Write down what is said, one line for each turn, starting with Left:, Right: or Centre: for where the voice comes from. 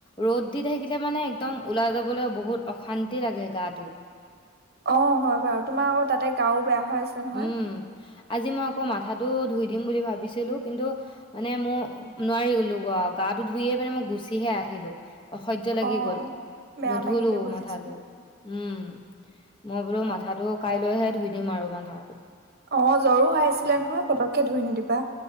Left: ৰ'দ দি থাকিলে মানে একদম ওলাই যাবলৈ বহুত অশান্তি লাগে গাটো।
Right: অ ', হয় বাৰু তোমাৰ আকৌ তাতে গাও বেয়া। হৈ আছে নহয়।
Left: উম, আজি মই আকৌ মাথাটো ধুই দিম বুলি ভাবিছিলো, কিন্তু মানে মোৰ নোৱাৰি গলো গাটো ধুয়ে মানে মই গুচিহে আহিলো। অসহ্য লাগি
Right: অ
Left: গল
Right: বেয়া
Left: নুধুলো
Right: লাগিলে বুজিছো
Left: মাথাটো। উম', মই বোলো মাথাটো কাইলৈহে ধুই দিম আৰু মান, <unintelligible>
Right: অ', জ্বৰো হয় আছিলে নহয় পতককে ধুই নিদিবা।